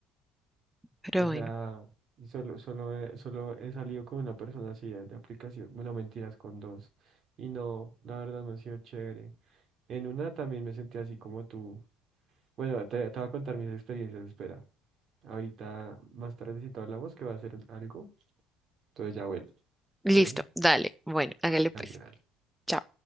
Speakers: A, in the centre; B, on the right.
A: pero
B: O sea,
A: bueno,
B: y solo, solo, he- solo he salido con una persona así de de aplicación, bueno, mentiras, con dos, y no, la verdad no ha sido chévere. En una también me sentí así como tú. Bueno, te, te voy a contar mis experiencias, espera. Ahorita, más tardecito hablamos que va a ser algo, entonces ya vuelvo.
A: listo,
B: Bueno,
A: dale. Bueno, hágale
B: dale,
A: pues.
B: dale.
A: chao